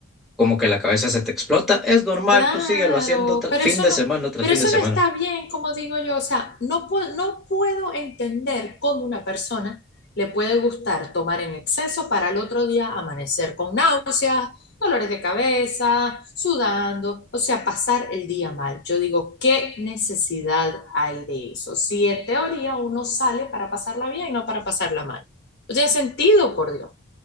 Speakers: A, in the centre; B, on the left (about 55°).
A: como que la cabeza se te explota, es normal,
B: claro,
A: tú síguelo haciendo tra-
B: pero
A: fin
B: eso
A: de
B: no,
A: semana tras
B: pero
A: fin
B: eso
A: de semana.
B: no está bien, como digo yo. O sea, no puedo, no puedo entender cómo una persona le puede gustar tomar en exceso para el otro día amanecer con náuseas, dolores de cabeza, sudando, o sea, pasar el día mal. Yo digo, ¿qué necesidad hay de eso? Si en teoría uno sale para pasarla bien, no para pasarla mal. No tiene sentido, por Dios.